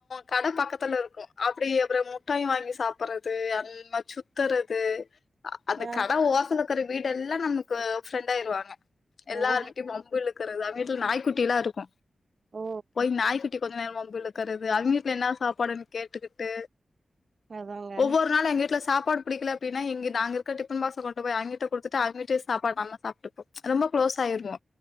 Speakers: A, on the left; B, on the right.
A: கட பக்கத்துல இருக்கு அப்டியே அப்பற முட்டாயி வாங்கி சாப்புற்றது இந் மார் சுத்தறது அ அத் மேர்
B: ஆ
A: கட ஓசல இருக்கற வீடெல்லா நம்க்கு ஃப்ரெண்டா ஆயிர்வாங்க எல்லார்கிட்டியு
B: ஓ
A: வம்பிழுத் கிறது அவுங் வீட்ல நாய்க்குட்டிலா இருக்கு
B: ஓ
A: போய் நாய் குட் டி கொஞ்ச நேர வம்பிழுக்கறது அவிங்வீட்ல இன்னா சாப்பாடுன் கேட்டுக்கிட்டு
B: அதாங்க
A: ஒவ்வொரு நாள் எங்க வீட்ல சாப்பாடு பிடிக்ல அப்டின்னா இங்க நாங்க இருக்க டிப்பன் பாக்ஸ் கொண்டு போய் அவிங்கிட்ட குடுத்துட்டு அவிங்கிட்ட சாப்பாட் நம்ம சாப்டுபோ ரொம்ப க்ளோஸ் ஆயிருவோ